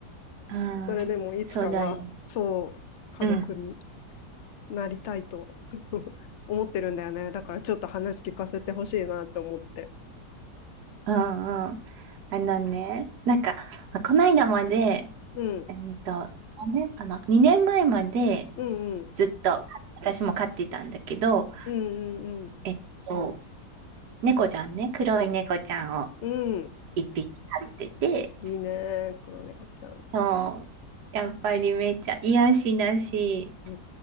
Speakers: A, on the right; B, on the left.
A: うん、
B: それでもいつかは、
A: そうだよ。
B: そう、家族に
A: うん、う
B: なりたいと <laughs> 思ってるんだよね。だからちょっと話聞かせてほしいなって思って。
A: ん、うん。あのね、なんか、こないだまで、
B: うん、
A: えっと、何年かな ?2 年前まで
B: うん、うん、
A: ずっと私も飼ってたんだけど、
B: うん、うん、うん。
A: えっと、猫ちゃんね、黒い猫ちゃんを
B: うん
A: 一匹飼ってて、
B: いいね、黒猫ちゃん。う
A: そう、やっぱりめっちゃ癒しだし、
B: ー